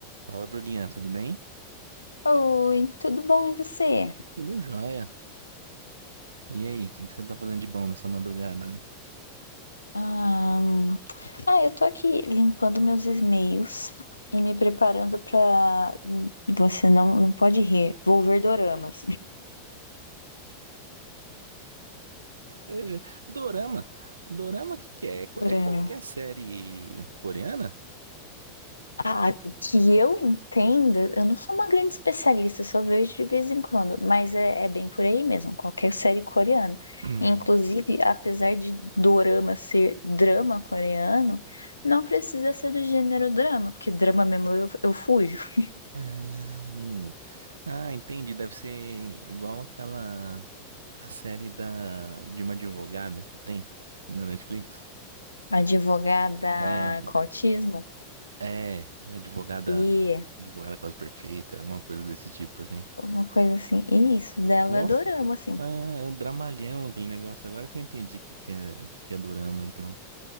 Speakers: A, on the right; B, on the left.
A: Fala, Bruninha, tudo bem?
B: Oi, tudo bom e você?
A: Tudo jóia. E aí, o que que você tá fazendo de bom nessa madrugada aí?
B: Ahn, Ah, eu tô aqui limpando meus e-mails e me preparando pra. Você não, não pode rir, vou ver doramas.
A: É, é, Dorama? Dorama, o que que é? É qu-
B: Dorama.
A: é qualquer série coreana?
B: Ah, que eu entenda, eu não sou uma grande especialista, eu só vejo de vez em quando, mas é, é bem por aí mesmo, qualquer série coreana.
A: <clears throat> Hum.
B: Inclusive, apesar de dorama ser drama coreano, não precisa ser do gênero drama, porque drama mesmo eu, eu fujo.
A: Ah, hum. Ah, entendi. Deve ser igual aquela... A série da... de uma advogada que tem na Netflix.
B: advogada
A: É,
B: com autismo
A: é. Advogada...
B: e
A: Advogada quase perfeita, alguma coisa desse tipo, assim.
B: uma coisa assim. E isso dela
A: Nossa,
B: é dorama, assim.
A: ah, é um dramalhão aquele negócio. Agora que eu entendi o que que é, que que é dorama, então.